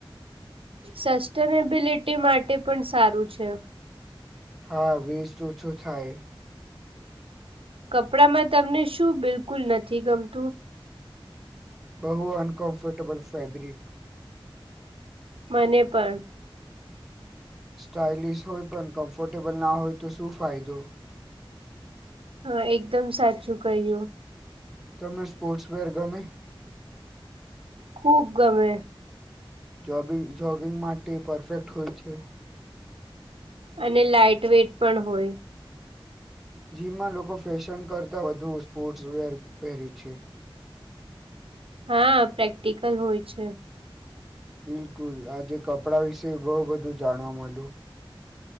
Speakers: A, on the right; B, in the centre.
A: સસ્ટેનેબિલિટી માટે પણ સારું છે.
B: હા વેસ્ટ ઓછું થાય.
A: કપડામાં તમને શું બિલકુલ નથી ગમતું?
B: બહુ અનકમ્ફર્ટેબલ ફેબ્રિક
A: મને પણ
B: સ્ટાઇલિશ હોય પણ કમ્ફર્ટેબલ ના હોય તો શું ફાયદો?
A: હા એકદમ સાચું કહ્યું
B: તમને સ્પોર્ટ્સ વેર ગમે?
A: ખુબ ગમે.
B: જોબિ જોગિંગ માટે પરફેક્ટ હોય છે.
A: અને લાાઈટ વેટ પણ હોય?
B: જીમાં લોકો ફેશન કરતા વધુ સ્પોર્ટ્સ વર પહેરે છે.
A: હા પ્રેક્ટિકલ હોય છે.
B: બિલકુલ આજે કપડાં વિશે બહુ બધું જાણવા મળ્યું.